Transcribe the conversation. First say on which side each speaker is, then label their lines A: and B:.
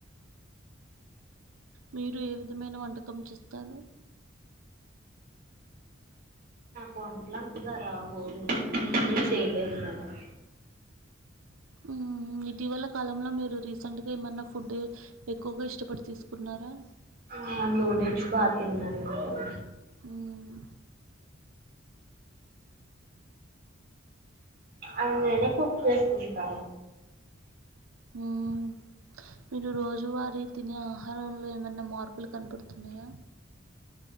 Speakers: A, on the right (about 85°); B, on the right (about 45°).
A: మీరు ఏ విధమైన వంటకం చేస్తారు?
B: వంటట్లు అంటున్నారా గోను ఎప్పుడూ చేయలేదు మేడం.
A: ఉమ్ ఇటీవల కాలంలో మీరు రీసెంట్గా ఏమన్నా ఫుడ్ ఎక్కువగా ఇష్టపడి తీసుకున్నారా?
B: ఆ నూడిల్స్ బాగా తిన్నాను నేన్
A: ఉమ్
B: అవ్ నేనే కుక్ చేసుకుంటా.
A: మ్మ్. మీరు రోజువారీ తినే ఆహారంలో ఏమైనా మార్పులు కనపడుతున్నాయా?